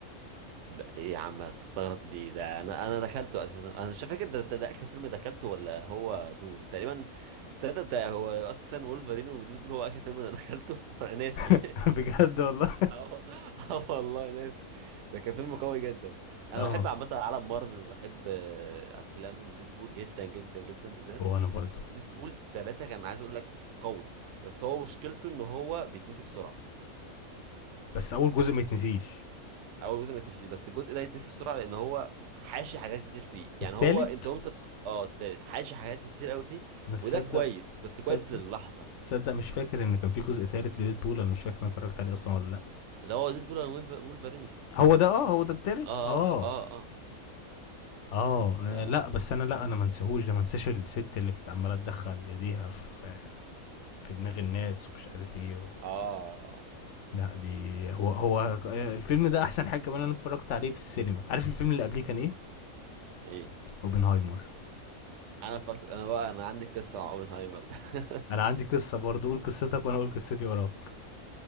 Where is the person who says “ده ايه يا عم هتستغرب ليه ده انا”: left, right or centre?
Right